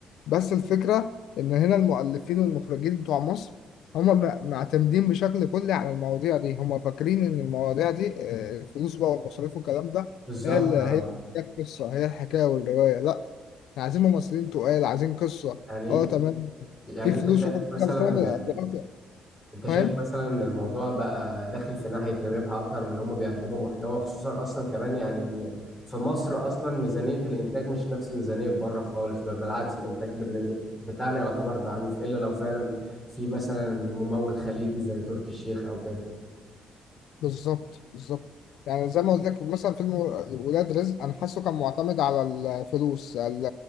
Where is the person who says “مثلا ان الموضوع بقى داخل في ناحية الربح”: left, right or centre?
Left